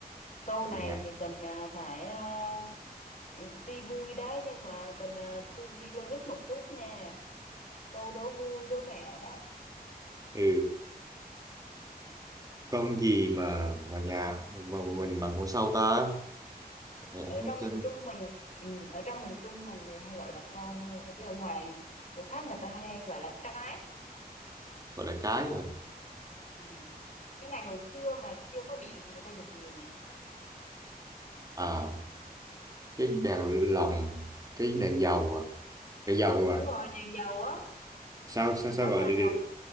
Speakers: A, on the left (about 45°); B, on the right (about 20°).
A: Câu này
B: Nhà.
A: thì cần à, phải à, tuy vui đấy nhưng mà cần à, tư duy logic một chút nha. Câu đố vui đố mẹo đó.
B: Ừ. Con gì mà mà nhà mà mình bằng con sâu ta? Ờ,
A: Ở
B: hết
A: trong
B: Trên
A: miền Trung mình ừ, ở trong miền Trung mình thì hay gọi là con thôi chứ ở ngoài chỗ khác người ta hay gọi là cái.
B: gọi là cái à.
A: Ừ. Cái này hồi xưa mà chưa có điện thì người ta dùng nhiều này.
B: À, cái đèn lồng, cái đèn dầu à, đèn dầu
A: Đúng
B: à.
A: rồi, đèn dầu á,
B: Sao sao
A: cái
B: sao
A: nó
B: gọi
A: hai
B: đi
A: đầu
B: đi.